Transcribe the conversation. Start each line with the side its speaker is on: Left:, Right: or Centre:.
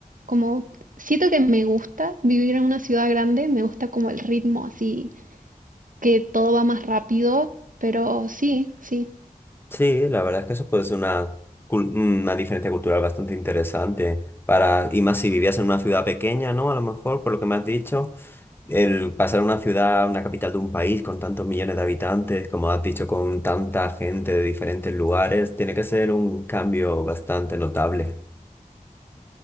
Right: como, siento que me gusta vivir en una ciudad grande, me gusta como el ritmo así, que todo va más rápido, pero sí, sí.
Left: Sí, la verdad es que eso puede ser una, cul- una diferencia cultural bastante interesante. Para, y más si vivías en una ciudad pequeña, ¿no? A lo mejor, por lo que me has dicho, el pasar a una ciudad, una capital de un país con tantos millones de habitantes, como has dicho, con tanta gente de diferentes lugares, tiene que ser un cambio bastante notable.